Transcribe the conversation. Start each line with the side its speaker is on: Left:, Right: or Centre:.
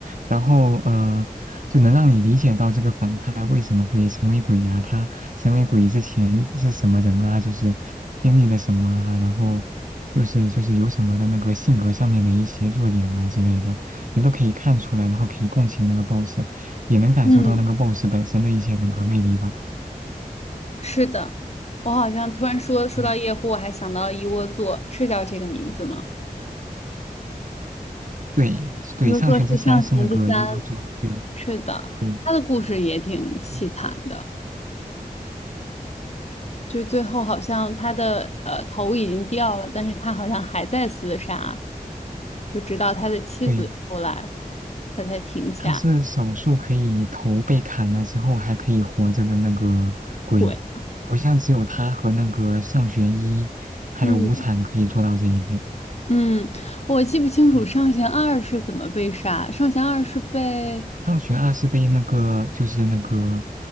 Right: 然后呃就能让你理解到这个反派为什么会成为鬼呀、他成为鬼之前是什么人啊，就是经历了什么啊，然后。就是就是有什么的那个性格上面的一些弱点啊之类的，你都可以看出来，然后可以共情那个 boss，也能感受到那个
Left: 嗯，
Right: boss 本身的一些人格魅力吧。
Left: 是的，我好像突然说说到夜壶，
Right: 嗯，
Left: 我还想到了一窝座，是叫这个名字吗？
Right: 对对，
Left: 一窝座是上弦之三，
Right: 上弦之三是那个一无佐，对
Left: 是的，
Right: 对
Left: 他的故事也挺凄惨的。
Right: 嗯
Left: 就最后好像他的呃头已经掉了，但是他好像还在厮杀，就直到他的妻子出来，
Right: 对，
Left: 他才停下。
Right: 他是少数可以头被砍了之后还可以活着的那个鬼，
Left: 对，
Right: 好像只有他和那个上弦一还有无惨可以做到这一点。
Left: 嗯嗯，我记不清楚上弦二是怎么被杀，
Right: 嗯
Left: 上弦二是被
Right: 上学二是被那个就是那个